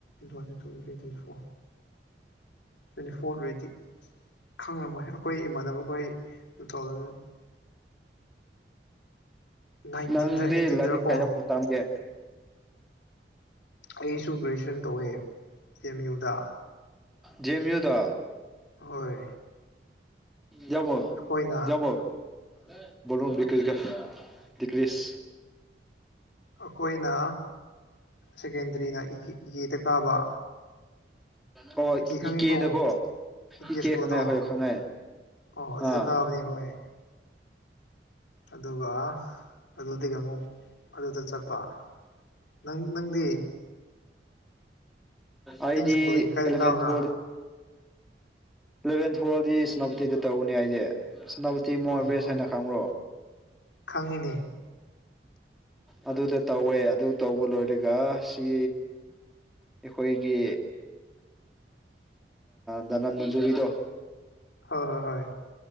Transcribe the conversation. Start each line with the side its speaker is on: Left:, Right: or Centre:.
Left: ꯇ꯭ꯋꯥꯎꯇ twenty three twenty four twenty four ꯑꯣꯏꯗꯤ ꯈꯪꯔꯝꯃꯣꯏ ꯑꯩꯈꯣꯏ ꯏꯃꯥꯟꯅꯕꯈꯣꯏ ꯇꯨ ꯊꯥꯎꯖꯟ ꯅꯥꯏꯟꯇꯤꯟꯗ
Centre: ꯅꯪꯗꯤ
Left: ꯑꯩꯠꯇꯤꯟꯗꯔꯀꯣ
Centre: ꯏꯂꯗꯤ ꯀꯖ ꯇꯝꯒꯦ
Left: ꯑꯩꯁꯨ ꯒ꯭ꯔꯦꯖꯨꯋꯦꯁꯟ ꯇꯧꯋꯦ ꯀꯤ ꯑꯦꯝ ꯌꯨꯗ
Centre: ꯗꯦꯝ ꯌꯨꯗ
Left: ꯍꯣꯏ
Centre: ꯌꯥꯃꯣ
Left: ꯑꯩꯈꯣꯏꯅ
Centre: ꯌꯥꯃꯣꯨꯝ ꯀ꯭ꯤꯁ ꯀ ꯀꯔꯤꯁ
Left: ꯑꯩꯈꯣꯏꯅ ꯁꯦꯀꯦꯟꯗꯔꯤꯅ ꯏꯀꯦꯗ ꯀꯥꯕ
Centre: ꯑꯣ
Left: ꯏꯀꯦ ꯈꯪꯉꯤꯀꯣ
Centre: ꯏꯀꯦꯗꯀꯣ
Left: ꯏꯀꯦ
Centre: ꯏ ꯀꯦ
Left: ꯁ꯭ꯀꯨꯜꯗꯣ
Centre: ꯈꯪꯉꯦ ꯍꯣꯏꯣ ꯈꯪꯉꯦ
Left: ꯑꯣ ꯑꯗꯨꯗ
Centre: ꯑꯥ
Left: ꯀꯥꯕꯅꯤ ꯍꯣꯏ ꯑꯗꯨꯒ ꯑꯗꯨꯗꯒꯤ ꯑꯃꯨꯛ ꯑꯗꯨꯗ ꯆꯠꯄ ꯅꯪ ꯅꯪꯗꯤ
Centre: ꯑꯩꯗꯤ
Left: ꯅꯪ ꯁ꯭ꯀꯨꯜꯂꯤꯡ ꯀꯥꯏꯗ
Centre: ꯑꯦꯂꯚꯦꯟ
Left: ꯀꯥꯕ꯭ꯔꯥ
Centre: ꯇꯨꯋꯦꯜ ꯏꯂꯚꯦꯟ ꯊꯨꯌꯦꯜꯗꯤ ꯁꯦꯅꯥꯄꯇꯤꯗ ꯇꯧꯅꯦ ꯍꯥꯏꯁꯦ ꯁꯦꯅꯥꯄꯇꯤ ꯃꯣꯔꯕꯦꯁ
Left: ꯑꯣ ꯑꯣ
Centre: ꯍꯥꯏꯅ ꯈꯪꯕ꯭ꯔꯣ
Left: ꯈꯪꯉꯤꯅꯦ
Centre: ꯑꯗꯨꯗ ꯇꯧꯋꯦ ꯑꯗꯨ ꯇꯧꯕ ꯂꯣꯏꯔꯒ ꯁꯤ ꯑꯩꯈꯣꯏꯒꯤ ꯅꯟ ꯃꯟꯖꯨꯔꯤꯗꯣ
Left: ꯍꯣꯏ ꯍꯣꯏ ꯍꯣꯏ